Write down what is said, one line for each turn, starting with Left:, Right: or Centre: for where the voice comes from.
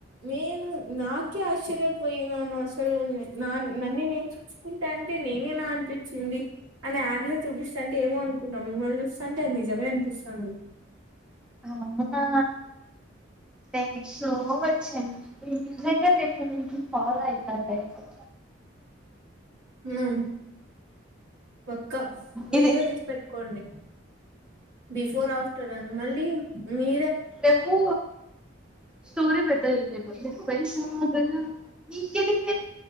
Right: నేను నాకే ఆశ్చర్యపోయినాను అసలు నా నన్నే నేను చూసుుకుంటా అంటే నేనే నా అనిపించింది అనే యాడ్ లో చూపిస్తా అంటే ఏమో అనుకున్నాం మిమ్మల్ని చూస్తాంటే అది నిజమే అనిపిస్తుంది
Centre: అవునా ్యాంక్ యూ సో వచ్చ అడి మీ దగ్గర రపుడు నుంచి ఫాలో అవుతం
Right: హ ప ఇం వీడియో
Centre: ఇది
Right: తీసి పెట్టుకోండి బస్ ఫోర్ ఆఫ్టర్నూన్ మళ్ళీ మీ
Centre: ఎకు స్టోర పెట్ట ఇ బ పైసా నీకెది పె